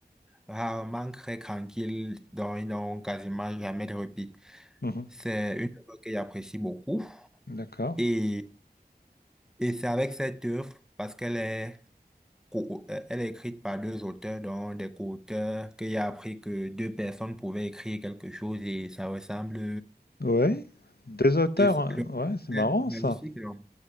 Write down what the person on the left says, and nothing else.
Mhm.
D'accord.
Ouais. Deux auteurs,
hein.
ouais, c'est
marrant
ça.